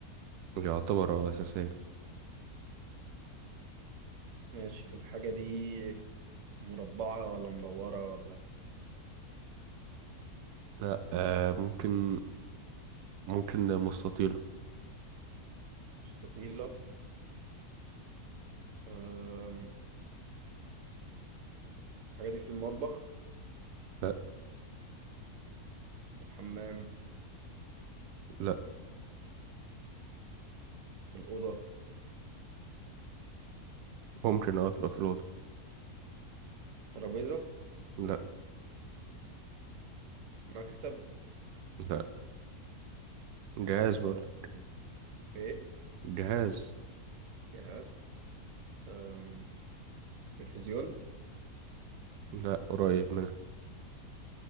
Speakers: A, on the right; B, on the right.
A: يعتبر هو أساسية
B: ماشي الحاجة دي مربعة ولا مدورة ولا
A: لا آه ممكن ممكن مستطيلة
B: مستطيلة أم، الحاجة دي في المطبخ
A: لا
B: في الحمام
A: لا
B: في الأوضة
A: ممكن اه تبقى في الأوضة
B: ترابيزة
A: لا
B: مكتب
A: لا جهاز برضه
B: أه، إيه
A: جهاز
B: جهاز أم، تلفزيون
A: لا قريب منها